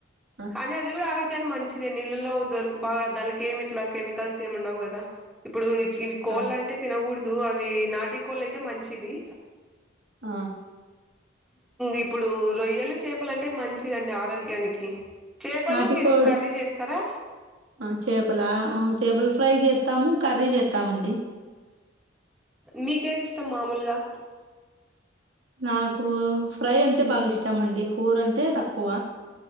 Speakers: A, on the right (about 80°); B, in the centre.
A: ఆ
B: కానీ అది గూడా ఆరోగ్య నికి మంచిదే నీళ్ళలో దొరకు బాగా దానికి ఏమి ఇట్లా కెమికల్స్ ఏమి ఉండవు కదా ఇప్పుడు ఇవి కోళ్ళు
A: ఆ
B: అంటే తినగూడదు అవి నాటి కోళ్ళు అయితే మంచిది
A: ఆ
B: ఇప్పుడు రొయ్యలు చేపలంటే మంచిదండి ఆరోగ్యానికి చేపలు
A: నాటికోడి
B: మీరు కర్రీ చేస్తారా
A: ఆ చేపల ఉ చేపల ఫ్రై చేత్తాము కర్రీ చేత్తామండి
B: నీకేది ఇష్టం మాములుగా
A: నాకు ఫ్రై అంటే బాగా ఇష్టం అండి కూర అంటే తక్కువ